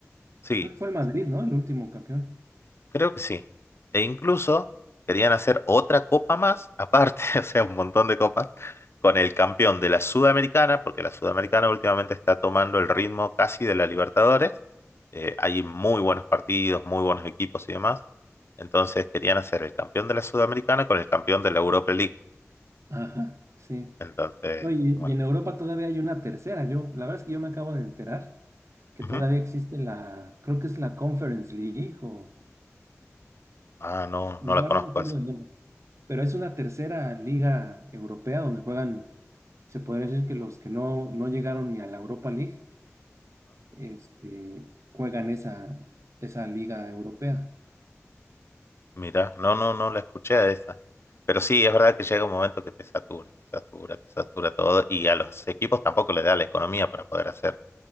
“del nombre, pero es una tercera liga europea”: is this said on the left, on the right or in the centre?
Right